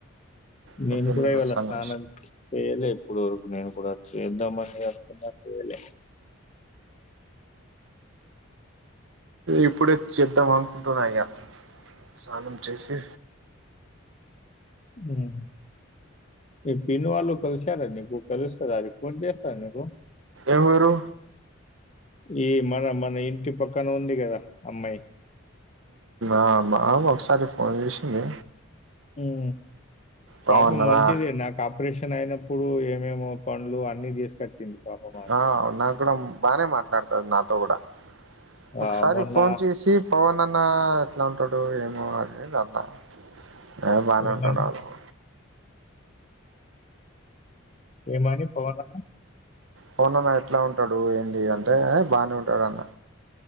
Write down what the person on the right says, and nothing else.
పొద్దున్నే
వస్తాను
ఇప్పుడే చేద్దాం అనుకుంటున్నా ఇగ స్నానం చేసి
ఎవరు
ఆమె ఒకసారి ఫోన్ చేసింది
బాగున్నారా
ఆ నాకూడా బానే మాట్లాడుతది నాతో కూడా
ఒకసారి
ఫోన్ చేసి పవన్ అన్న ఎట్లా అంటాడు ఏమో అది ఏంది అన్న ఏ బానే
ఉంటాడు ఊర్కో
ఫవనన్న ఎట్లా ఉంటాడు ఏంటి అంటే ఏ బానే ఉంటాడు అన్న